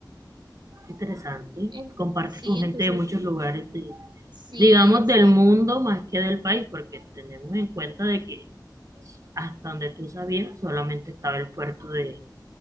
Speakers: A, on the right; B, on the right.
A: Interesante.
B: En-
A: Compartes
B: sí,
A: con
B: entonces,
A: gente de muchos lugares, de-
B: sí,
A: digamos,
B: exacto.
A: del mundo más que del país, porque tenemos en cuenta de que hasta donde tú sabías solamente estaba el puerto de,